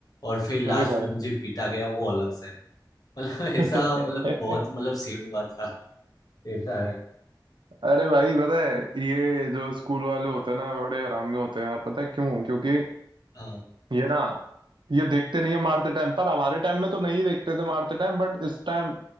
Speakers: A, on the left; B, on the right.
A: और फिर लास्ट
B: अरे भाई
A: में मुझे पीटा गया वो अलग से <laughs> मतलब
B: <laughs>
A: ऐसा मतलब बहुत मतलब सीन हुआ था ऐसा है
B: अरे भाई पता है ये जो स्कूल वाले होते हैं ना बड़े आराम में होते हैं यार पता है क्यों क्योंकि
A: हाँ
B: ये ना ये देखते नहीं है मारते टाइम पर हमारे टाइम में तो नहीं देखते थे मारते टाइम बट इस टाइम